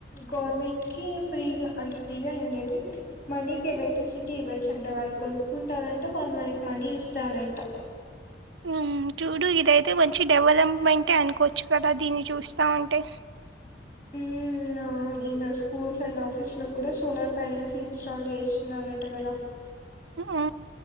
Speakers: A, on the left; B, on the right.
A: గవర్నమెంట్ కి ఫ్రీగా అంటే ఫ్రీగా ఏం లేదు మనీకి ఎలక్ట్రిసిటీ ఇవ్వచ్చంట వాళ్ళు కొనుక్కుంటారంట వాల్ మనకి మనీ ఇస్థారాంట
B: ఉమ్ చూడు ఇదైతే మంచి డెవలప్మెంటే అనుకోవచ్చు కదా దీన్ని చూస్తా ఉంటే
A: మ్ అవ్ ఇంగ స్కూల్స్ అండ్ ఆఫీస్ లో కూడా సోలార్ ప్యానల్స్ ఇన్స్టాల్ చేస్తున్నరట కదా
B: ఆ